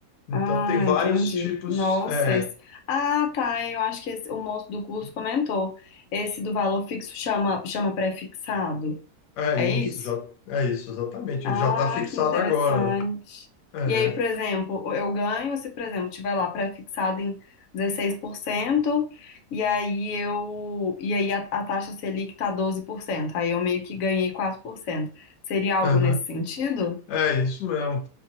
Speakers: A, on the left; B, on the left.
A: Então
B: Ah,
A: tem vários
B: entendi.
A: tipos.
B: Nossa,
A: É,
B: esse. Ah, tá. Eu acho que esse- o moço do curso comentou. Esse do valor fixo chama, chama pré-fixado.
A: é
B: É
A: isso,
B: isso?
A: já é isso, exatamente.
B: Ah,
A: Ele já está fixado
B: que interessante.
A: agora. né? É,
B: E aí, por exemplo, eu ganho se, por exemplo, tiver lá pré-fixado em 16% e aí eu e aí a, a taxa Selic tá doze por cento Aí eu meio que ganhei quatro por cento Seria algo
A: aham,
B: nesse sentido?
A: é isso mesmo.